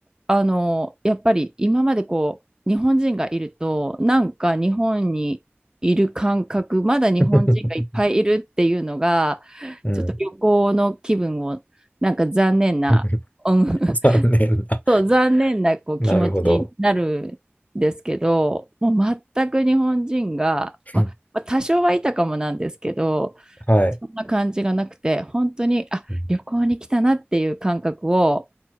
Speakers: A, on the right; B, on the left.
A: あの、やっぱり今までこう、日本人がいると、なんか日本にいる感覚、まだ日本人がいっぱいいるっていうのが、
B: <laughs> うん。
A: ちょっと旅行の気分を、なんか残念な、
B: <laughs>
A: うん、<laughs>
B: 残念な。
A: そう残念なこう気持ちになるんですけど、
B: なるほど。
A: もう全く日本人が、まあまあ多少はいたかもなんですけど、
B: うんはい。
A: そんな感じがなくて、本当に、あ、
B: うん
A: 旅行に来たなっていう感覚を、